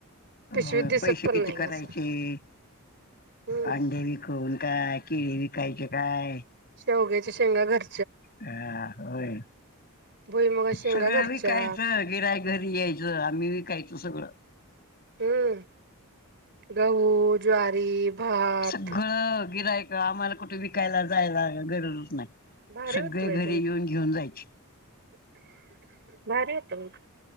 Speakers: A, on the right; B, on the left.
A: पिशवीत
B: होय
A: दिसत
B: पैसे
A: पण
B: किती
A: नाही
B: करायचे
A: का असं हम्म
B: आणि विकून काय केळी विकायचे काय.
A: शेवग्याच्या शेंगा घर
B: हा होय,
A: भुईमुगाच्या शेंगा
B: सगळं
A: घरच्या
B: विकायचं. गिऱ्हाईक घरी यायचं आम्ही विकायचं सगळं.
A: हम्म गहू, ज्वारी भात
B: सगळं गिरायक आम्हाला कुठे विकायला जायला गरजच नाही.
A: भारी
B: सगळे
A: होत बाई
B: घरी
A: तुमचं.
B: येऊन घेऊन जायचे.
A: भारी येत मग.